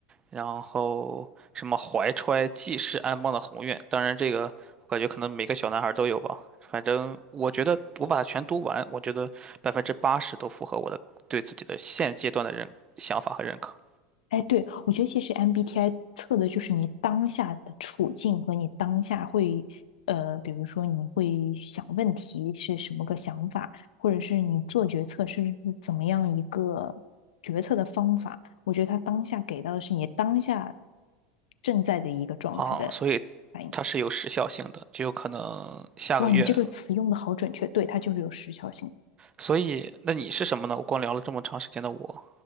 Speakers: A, on the right (about 25°); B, on the left (about 80°).
A: 然后什么怀揣济世安邦的宏愿。当然，这个我感觉可能每个小男孩都有吧。反正我觉得我把它全读完，我觉得百分之八十都符合我的对自己的现阶段的认想法和认可
B: 哎，对，我觉得其实 MBTI 测的就是你当下的处境和你当下会，呃，比如说你会想问题是什么个想法，或者是你做决策是怎么样一个决策的方法。我觉得他当下给到的是你当下正在的一个状态的
A: 啊，所以
B: 反应。
A: 它是有时效性的，就有可能下个月。
B: 哇，你这个词用的好准确，对，它就是有时效性
A: 所以，那你是什么呢？我光聊了这么长时间的我，